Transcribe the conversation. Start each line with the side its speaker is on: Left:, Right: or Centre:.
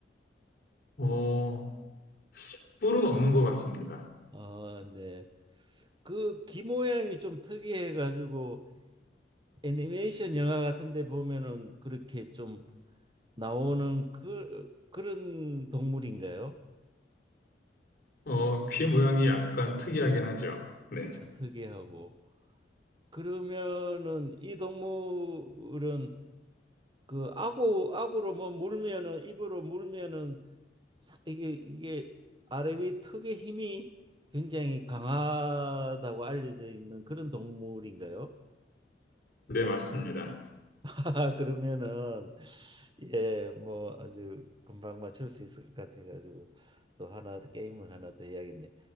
Left: 어, 뿔은 없는 것 같습니다.
Right: 아, 네. 그 귀 모양이 좀 특이해 가지고 애니메이션 영화 같은 데 보면은 그렇게 좀 나오는 그 그런 동물인가요?
Left: 어, 귀 모양이 약간 특이하긴 하죠. 네.
Right: 특이하고. 그러면은 이 동물은 그 아구 아구로 뭐 물면은 입으로 물면은 사- 이게 이게 아래 위 턱의 힘이 굉장히 강하다고 알려져 있는 그런 동물인가요?
Left: 네, 맞습니다.
Right: <laughs> 아, 그러면은 예, 뭐 아주 금방 맞출 수 있을 것 같아가지고 또 하나 더 게임을 하나 더 해야겠네.